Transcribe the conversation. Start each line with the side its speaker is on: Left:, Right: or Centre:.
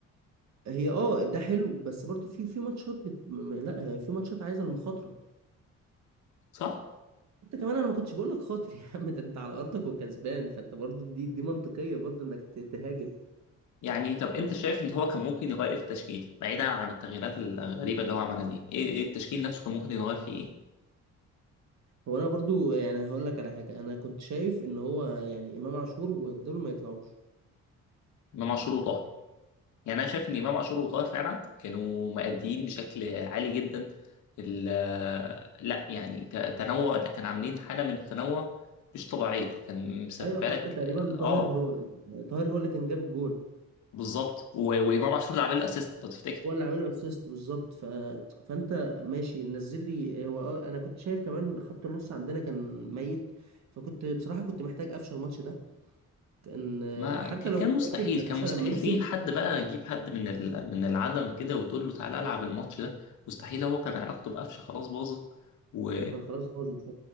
Right: هي اه ده حلو بس برضو في في ماتشات بت... م- م- لا هي في ماتشات عايزه المخاطره
Left: صح؟
Right: انت كمان انا ما كنتش بقول لك خاطر <laughs> يا عم ده انت على ارضك وكسبان فانت برضو دي دي منطقيه برضو انك ت- تهاجم
Left: يعني طب انت
Right: كم-
Left: شايف ان هو كان ممكن يغير ايه في التشكيل بعيدا عن التغييرات الغريبه اللي هو عملها دي ايه ايه التشكيل نفسه كان ممكن يغير فيه ايه
Right: هو انا برضو يعني هقول لك على حاجه انا كنت شايف ان هو يعني امام عاشور ودول ما يطلعوش
Left: امام عاشور وطاهر يعني انا شايف ان امام عاشور وطاهر فعلا كانوا مأديين بشكل عالي جدا ال- آه، لا يعني ت- تنوع كان عاملين حاله من التنوع مش طبيعيه كان مسببه
Right: ايوه حتى
Left: لك
Right: تقريبا
Left: اه
Right: طاهر هو طاهر هو اللي كان جاب الجون
Left: بالظبط و- وامام عاشور اللي عامل الاسيست لو تفتكر
Right: هو اللي عامل له اسيست بالظبط ف... فانت ماشي نزل لي هو اه انا كنت شايف كمان خط النص عندنا كان ميت فكنت بصراحه كنت محتاج قفشه الماتش ده كان
Left: ما
Right: حتى
Left: ك- كان
Right: لو فاكر
Left: مستحيل
Right: ان
Left: كان
Right: قفشه
Left: مستحيل
Right: لما نزل
Left: تجيب حد بقى تجيب حد من ال... من العدم كده وتقول له تعالى العب الماتش ده مستحيل هو كان علاقته بقفشه خلاص باظت و...
Right: يعني كان خلاص باظت